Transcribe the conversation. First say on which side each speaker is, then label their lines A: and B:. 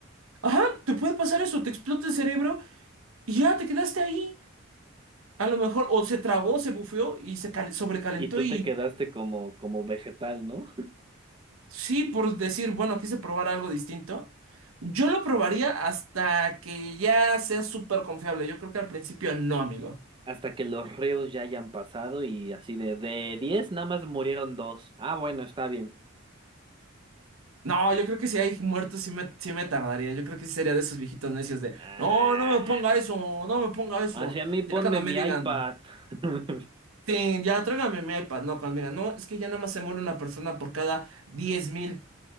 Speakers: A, on the right (about 90°); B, on the right (about 25°).
A: Ajá, te puede pasar eso, te explota el cerebro y ya te quedaste ahí. A lo mejor o se trabó, se bufeó y se cal- sobrecalentó
B: Y tú
A: y
B: te quedaste como, como vegetal, ¿no?
A: sí, por decir, bueno, quise probar algo distinto. Yo lo probaría hasta que ya sea súper confiable. Yo creo que al principio no, amigo.
B: hasta que los reos ya hayan pasado y así de, de 10 nada más murieron dos. Ah, bueno, está bien.
A: No, yo creo que si hay muertos sí me, sí me tardaría. Yo creo que sí sería de esos viejitos necios de,
B: Ah,
A: no, no me ponga eso, no me ponga eso.
B: hacia mí ponme
A: Ya cuando me
B: mi
A: digan,
B: iPad. <laughs>
A: sí, ya tráigame mi iPad. No, cuando me digan, no, es que ya nada más se muere una persona por cada diez mil.